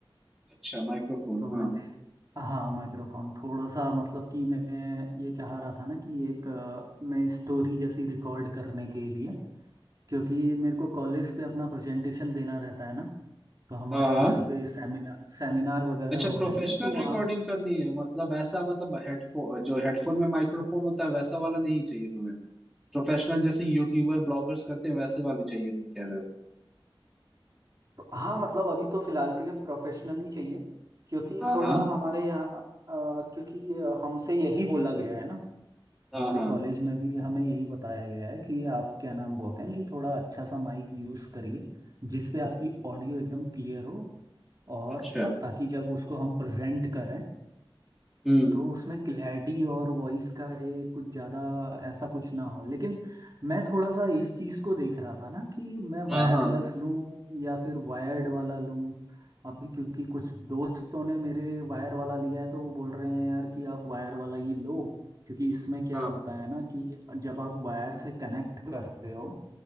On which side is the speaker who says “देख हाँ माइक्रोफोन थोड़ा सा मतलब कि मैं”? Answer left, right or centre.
Right